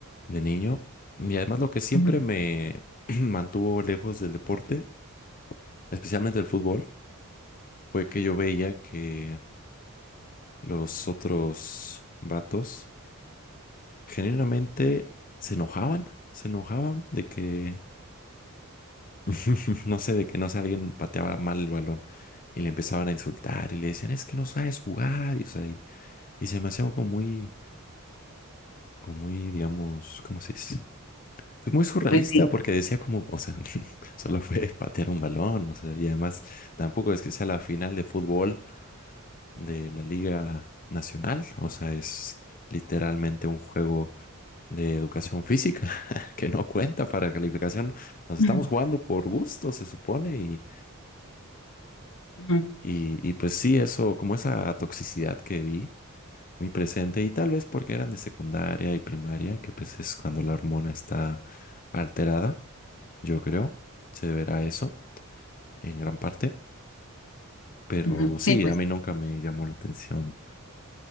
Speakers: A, on the left; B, on the left.
A: de niño y además lo que siempre
B: Ujú,
A: me <clears throat> mantuvo lejos del deporte, especialmente del fútbol, fue que yo veía que los otros vatos generalmente se enojaban, se enojaban de que <laughs> No sé, de que no sé, alguien pateaba mal el balón y le empezaban a insultar y le decían, es que no sabes jugar, y, o sea, y, y se me hacía como muy, como muy, digamos, ¿cómo se dice? Pues muy surrealista
B: Pues sí.
A: porque decía como, o sea, <laughs> solo fue patear un balón, o sea, y además tampoco es que sea la final de fútbol de la Liga Nacional, o sea, es literalmente un juego de educación física <laughs> que no cuenta para calificación, o sea,
B: Ujú,
A: estamos jugando por gusto, se supone,
B: ujú,
A: Y, y pues sí, eso, como esa toxicidad que vi muy presente y tal vez porque eran de secundaria y primaria, que pues es cuando la hormona está alterada, yo creo, se deberá eso en gran parte, pero
B: ujú. Sí,
A: sí,
B: pues
A: a mí
B: sí.
A: nunca me llamó la atención